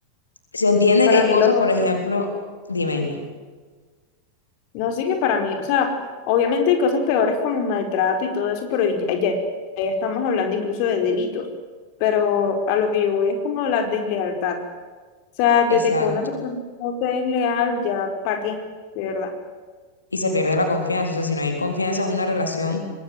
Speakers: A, on the left; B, on the left.
A: se entiende
B: Para
A: que hay
B: mí
A: cosas,
B: lo peor,
A: por ejemplo, dime, dime.
B: no sí que para mí, o sea, obviamente hay cosas peores como maltrato y todo eso, pero ya, ya ya estamos hablando incluso de delitos, pero a lo que yo voy es como la deslealtad. sea, desde
A: Exacto.
B: que una persona no te es leal, ya, ¿para qué? De verdad.
A: Y se pierde la confianza. O sea, si no hay confianza en una relación